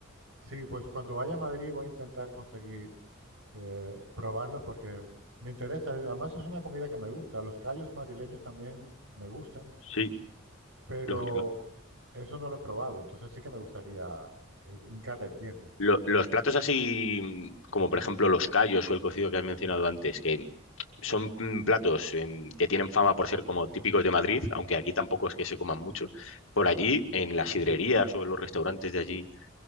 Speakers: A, on the right; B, on the left.
A: Sí, pues cuando vaya a Madrid voy a intentar conseguir eh, probarlos porque me interesa. Además es una comida que me gusta. Los callos madrileños también me gustan.
B: sí,
A: pero
B: los
A: eso no lo he probado, entonces sí que me gustaría eh, hincarle el diente.
B: Lo- los platos así, como por ejemplo los callos o el cocido que has mencionado antes, que son mm, platos em, que tienen fama por ser como típicos de Madrid, aunque aquí tampoco es que se coman mucho, por allí, en las sidrerías o en los restaurantes de allí,